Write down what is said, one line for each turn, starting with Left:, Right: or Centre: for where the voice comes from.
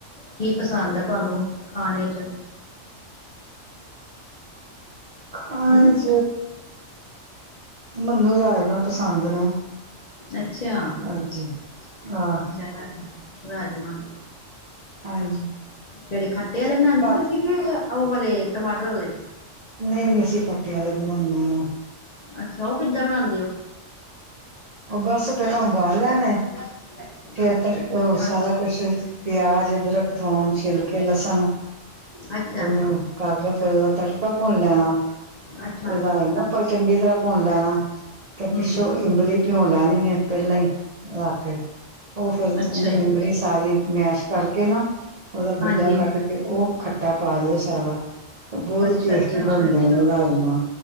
Left: ਕੀ ਪਸੰਦ ਹੈ ਤੁਹਾਨੂੰ ਖਾਨੇ ਚ।
Right: ਖਾਣੇ
Left: ਹਮ
Right: ਚ ਮੈਨੂੰ ਰਾਜਮਾ ਪਸੰਦ ਨੇ।
Left: ਅੱਛਾ-ਅੱਛਾ
Right: ਹਾਂਜੀ ਹਾਂ
Left: ਰਾਜ ਰਾਜਮਾ।
Right: ਹਾਂਜੀ।
Left: ਕਿਹੜੇ ਖੱਟੇ ਵਾਲੇ ਬਣਾਦੇ
Right: ਬਸ
Left: ਤੁਸੀ ਕਿ ਉਹ ਵਾਲ਼ੇ ਟਮਾਟਰ ਵਾਲੇ।
Right: ਨਹੀ-ਨਹੀ ਅਸੀਂ ਖੱਟੇ ਵਾਲੇ ਬਨਾਨੇ ਹਾਂ।
Left: ਅੱਛਾ ਉਹ ਕਿੱਦਾਂ ਬਣਾਦੇ ਹੋ।
Right: ੳ ਬਸ ਪਹਿਲਾਂ
Left: <unintelligible>
Right: ਉਬਾਲ ਲੈਣੇ ਫੇਰ ਤ
Left: ਹਾਂ
Right: ਸਾਰਾ ਕੁਛ ਪਿਆਜ, ਅਧਰਕ, ਥੋਮ ਛਿਲ ਕੇ ਲਸਨ
Left: ਅੱਛਾ
Right: ਉਹਨੂੰ ਕਰ ਲੋ ਫੇਰ ਉਹਦਾ ਤੜਕਾ ਭੁੰਨ ਲੈਣਾ।
Left: ਅੱਛਾ
Right: ਰਾਜਮਾ ਪਈ ਚੰਗੀ ਤਰ੍ਹਾਂ ਭੁੰਨ ਲੈਣਾ ਤੇ
Left: ਹਮ
Right: ਪਿੱਛੋਂ ਇੰਮਲੀ ਪਿਉ ਲੈਣੀ ਹੈ ਪਹਿਲਾਂ ਹੀ ਰਿਲਾ ਕੇ। ਉਹ ਫਿਰ
Left: ਅੱਛਾ
Right: ਇਮਲੀ
Left: ਜੀ
Right: ਸਾਰੀ ਮੈਸ਼ ਕਰਕੇ ਨਾ ਉਹਦਾ
Left: ਹਾਂਜੀ
Right: ਗੁੱਦਾ ਕੱਢ ਤੇ ਉਹ ਖੱਟਾ ਪਾ ਦਿਓ ਸਾਰਾ ਤੇ ਬਹੁਤ
Left: ਅੱਛਾ
Right: ਹੀ ਟੇਸਟੀ
Left: ਅੱਛਾ
Right: ਬਣਦੇ ਨੇ ਰਾਜਮਾਂ।